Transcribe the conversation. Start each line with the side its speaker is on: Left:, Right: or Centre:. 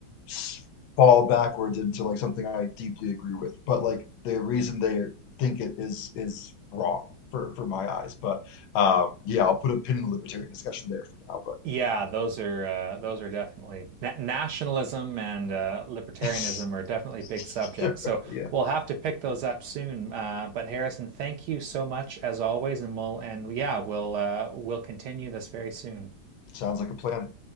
Left: s- fall backwards into like something I deeply agree with, but like the reason they think it is is wrong for for my eyes. But um, yeah, I'll put a pin in the libertarian discussion there for now. But
Right: Yeah, those are uh, those are definitely na nationalism and uh, libertarianism
Left: <laughs>
Right: are definitely big
Left: sure,
Right: subjects. So
Left: yeah,
Right: we'll have to pick those up soon. Uh, but Harrison, thank you so much as always, and we'll and yeah, we'll uh, we'll continue this very soon.
Left: sounds like a plan.